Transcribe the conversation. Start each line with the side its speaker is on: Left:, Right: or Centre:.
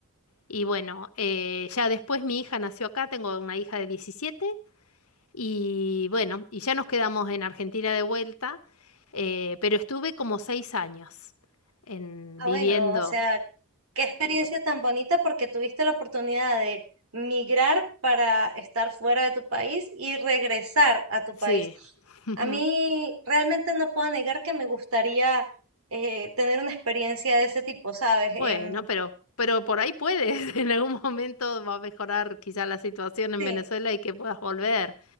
Left: Y bueno, eh, ya después mi hija nació acá, tengo una hija de diecisiete Y bueno, y ya nos quedamos en Argentina de vuelta, eh, pero estuve como seis años en
Right: ah,
Left: viviendo,
Right: bueno, o sea, qué experiencia tan bonita porque tuviste la oportunidad de migrar para estar fuera de tu país y regresar a tu
Left: sí.
Right: país.
Left: <laughs>
Right: A mí realmente no puedo negar que me gustaría eh, tener una experiencia de ese tipo, ¿sabes?
Left: Bueno,
Right: Em,
Left: pero, pero por ahí puedes. <laughs> En algún momento va a mejorar quizá la situación en
Right: sí,
Left: Venezuela y que puedas volver.